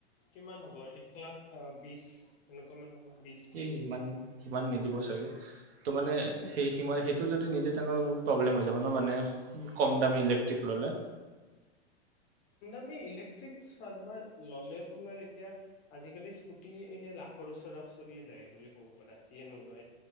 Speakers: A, on the left; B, on the right.
A: কিমান হ'ব? এক লাখ বিশ এনেকুৱা মান হ'ব। বিশ ত্ৰিশ
B: এই ইমান। ইমান নিদিব ছাগে। তো মানে সেই সিমান সেই- টো যদি নিদিয়ে তেনেহ'লে মোৰ প্ৰব্লেম হৈ যাব নহ মানে- কমদামি ইলেক্ট্ৰিক ল'লে।
A: তুমি ইলেক্ট্ৰিক চোৱা তোমাৰ ল'লে তোমাৰ এতিয়া আজিকালি স্কুটি সেই লাখৰ ওচৰা ওচৰিয়ে যায় বুলি ক'ব পাৰা যিয়ে নোলোৱা।